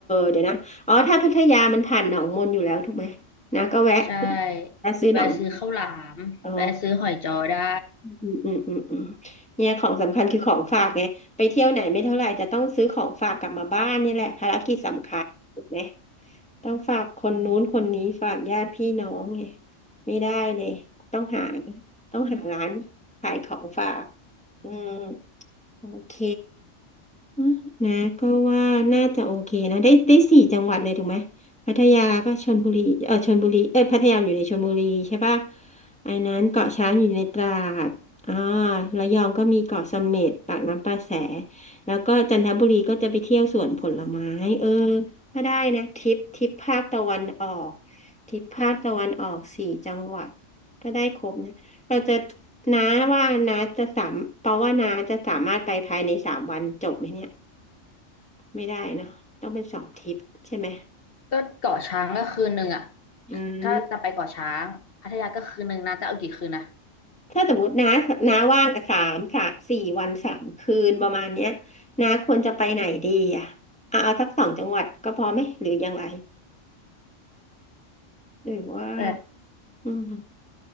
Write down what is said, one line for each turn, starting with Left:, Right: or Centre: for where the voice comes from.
Centre: เดี๋ยวนะอ๋อถ้าพัทยามันผ่านหนองมนอยู่แล้วถูกไหมน้าก็แวะ
Left: ใช่
Centre: แวะซื้อหนองมน
Left: แวะซื้อข้าวหลามแวะซื้อหอยจอได้
Centre: อ๋ออืมอืมอืมอืมเนี่ยของสำคัญคือของฝากไงไปเที่ยวไหนไม่เท่าไหร่จะต้องซื้อของฝากกลับมาบ้านเนี่ยแหละภารกิจสำคัญถูกไหมต้องฝากคนนู้นคนนี้ฝากญาติพี่น้องไงไม่ได้เลยต้องหาต้องหาร้านขายของฝากอืม โอเคอ่ะนะก็ว่าน่าจะโอเคนะได้ได้สี่จังหวัดเลยถูกไหมพัทยาก็ชลบุรีเออชลบุรีเอยพัทยาอยู่ในชลบุรีใช่ปะอันนั้นเกาะช้างอยู่ในตราดอ่าระยองก็มีเกาะเสม็ดปากน้ำประแสแล้วก็จันทบุรีก็จะไปเที่ยวสวนผลไม้เออก็ได้นะทริปทริปภาคตะวันออกทริปภาคตะวันออกสี่จังหวัดก็ได้ครบนะ เราจะน้าว่าน้าจะสามเพราะว่าน้าจะสามารถไปภายในสามวันจบไหมเนี่ยไม่ได้เนอะต้องเป็นสองทริปใช่ไหม
Left: ก็เกาะช้างก็คืนหนึ่งอะ
Centre: อืม
Left: ถ้าจะไปเกาะช้างพัทยาก็คืนหนึ่งนะจะเอากี่คืนนะ
Centre: ถ้าสมมติน้าน้าว่างสามสามสี่วันสามคืนประมาณเนี้ยน้าควรจะไปไหนดีอ่ะเอาเอาสักสองจังหวัดก็พอไหมหรือยังไงหรือว่า
Left: แต่
Centre: อืม